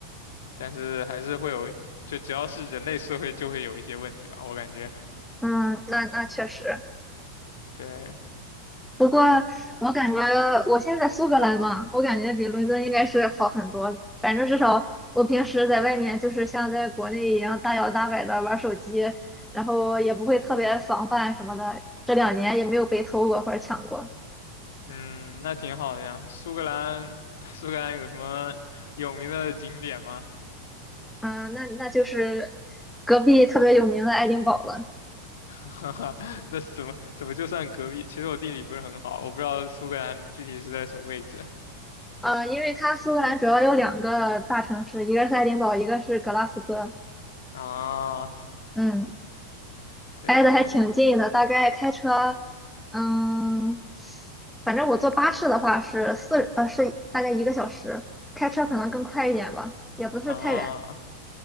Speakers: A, on the left; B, in the centre.
A: 但是还是会有，就只要是人类社会就会有一些问题吧，我感觉。
B: 嗯，那那确实。
A: 对，
B: 不过我感觉我现在在苏格兰嘛，我感觉比伦敦应该是好很多。反正至少我平时在外面就是像在国内一样大摇大摆的玩手机，然后也不会特别防范什么的。这两年也没有被偷过或者抢过。
A: 嗯，那挺好的呀。苏格兰，<laughs> 苏格兰有什么有名的景点吗？
B: 嗯，那那就是隔壁特别有名的爱丁堡了。
A: <laughs> 哈哈，<laughs> 那怎么怎么就算隔壁？其实我地理不是很好，我不知道苏格兰具体是在什么位置
B: 呃，因为它苏格兰主要有两个大城市，一个是爱丁堡，一个是格拉斯哥。
A: <laughs> 啊。
B: 嗯，
A: 对
B: 挨得还挺近的，大概开车，嗯，反正我坐巴士的话是四，呃，是大概一个小时，开车可能更快一点吧，也不是太远。
A: 啊，